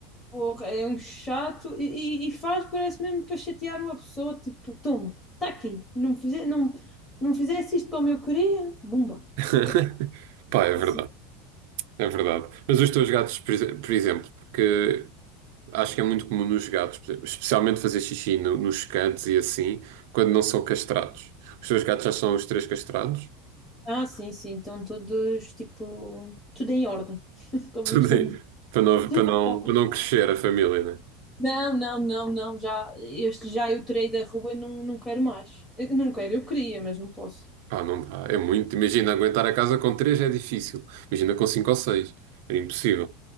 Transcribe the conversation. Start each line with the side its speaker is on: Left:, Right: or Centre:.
Left: Porra, é um chato e, e- e faz, parece mesmo para chatear uma pessoa, tipo, toma, está aqui, não me fize- não, não fizesse isto como eu queria, bumba.
Right: <laughs>
Left: Eu,
Right: Pá, é verdade.
Left: assim,
Right: É verdade. Mas os teus gatos, por exe- por exemplo, porque acho que é muito comum nos gatos, por exemplo, especialmente fazer xixi no- nos cantos e assim, quando não são castrados. Os teus gatos já são os três castrados?
Left: ah, sim, sim, então todos, tipo, tudo em ordem, <laughs>
Right: <laughs>
Left: como
Right: Também.
Left: eu costumo dizer.
Right: Para não,
Left: Tudo
Right: para não,
Left: bom.
Right: para não crescer a família, né?
Left: Não, não, não, não, já, este já eu tirei da rua e não, não quero mais. Eu Não quero, eu queria, mas não posso.
Right: Pá, não dá. É muito. Imagina, aguentar a casa com três é difícil. Imagina com cinco ou seis. É impossível.